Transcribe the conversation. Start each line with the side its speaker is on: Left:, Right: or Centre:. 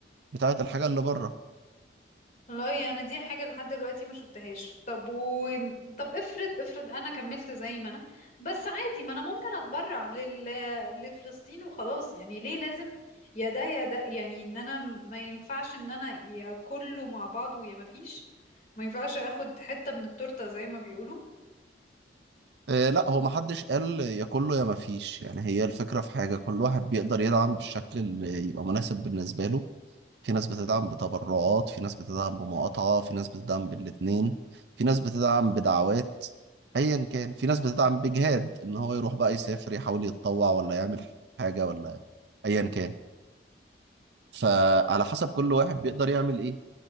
Right: بتاعت الحاجة اللي بره
Left: والله انا يعني دي حاجه لحد دلوقتي ما شفتهاش طب و... طب افرض افرض انا كملت زي ما انا بس عادي ما انا ممكن اتبرع لل... لفلسطين وخلاص يعني ليه لازم يا ده يا ده يعني ان انا م- ما ينفعش ان انا يا كله مع بعضه يا ما فيش ما ينفعش اخد حته من التورته زي ما بيقولوا
Right: آه، لا هو ما حدش قال يا كله يا ما فيش يعني هي الفكرة في حاجة كل واحد بيقدر يدعم بالشكل اللي يبقى مناسب بالنسبة له في ناس بتدعم بتبرعات في ناس بتدعم بمقاطعة في ناس بتدعم بالاتنين في ناس بتدعم بدعوات ايا كان في ناس بتدعم بجهاد ان هو يروح بقى يسافر يحاول يتطوع ولا يعمل حاجة ولا ايا كان فعلى حسب كل واحد بيقدر يعمل ايه